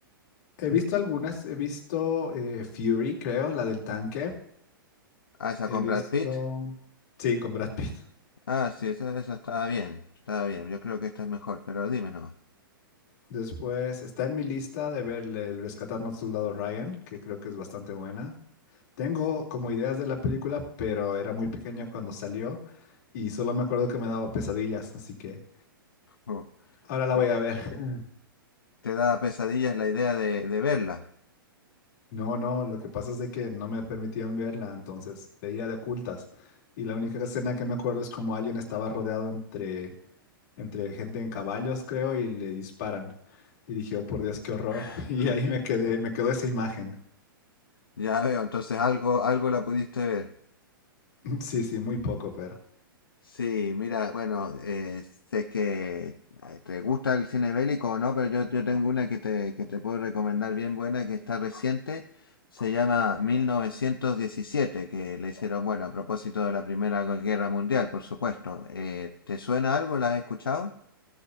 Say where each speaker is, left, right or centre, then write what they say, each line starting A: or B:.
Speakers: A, on the left (about 50°); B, on the left (about 75°).
A: he visto algunas, he visto eh, Fury, creo, la del tanque,
B: Ah, esa
A: he
B: con
A: visto,
B: Brad Pitt.
A: sí, con Brad Pitt.
B: Ah, sí, esa, esa estaba bien. Estaba bien. Yo creo que esta es mejor, pero dime nomás.
A: Después está en mi lista de ver el Rescatando al Soldado Ryan, que creo que es bastante buena. Tengo como ideas de la película, pero era muy pequeño cuando salió y solo me acuerdo que me daba pesadillas, así que...
B: Oh,
A: Ahora la
B: pe-
A: voy a ver. <laughs>
B: ¿Te da pesadillas la idea de, de verla?
A: No, no, lo que pasa es de que no me permitían verla, entonces veía de ocultas. Y la única escena que me acuerdo es como alguien estaba rodeado entre, entre gente en caballos, creo, y le disparan. Y dije, oh por Dios, qué horror.
B: <sighs>
A: <laughs> Y ahí me
B: <laughs>
A: quedé, me quedó esa imagen.
B: Ya veo, entonces algo, algo la pudiste ver.
A: <laughs> Sí, sí, muy poco, pero.
B: Sí, mira, bueno, eh, sé que eh, te gusta el cine bélico o no, pero yo, yo tengo una que te, que te puedo recomendar bien buena, que está reciente, se llama 1917, que le hicieron, bueno, a propósito de la Primera Guerra Mundial, por supuesto. Eh, ¿te suena algo? ¿La has escuchado?